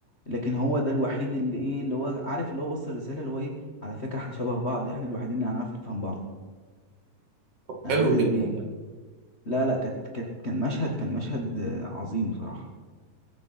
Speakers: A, on the left; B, on the right.
A: لكن هو ده الوحيد اللي إيه اللي هو عارف اللي هو وصل رسالة اللي هو إيه على فكرة إحنا شبه بعض إحنا الوحيدين اللي هنعرف نفهم بعض أنا
B: حلو
A: حاسس
B: جدا
A: بيك
B: ده
A: لا لا كانت كانت كان مشهد كان مشهد عظيم بصراحة